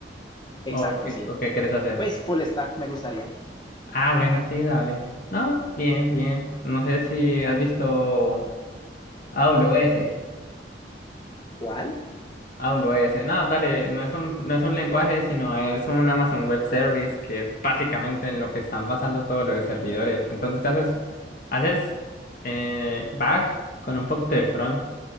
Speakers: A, on the left; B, on the left.
A: Exacto,
B: ¿O qué,
A: sí.
B: o qué quieres hacer?
A: Pues full stack me gustaría.
B: Ah, bueno, sí, dale. No, bien, bien. No sé si has visto AWS.
A: ¿Cuál?
B: AWS. No, dale, no es un, no es un lenguaje, sino es un Amazon Web Service, que es básicamente en lo que están basando todos los servidores. Entonces, haces, haces eh, back con un poquito de front.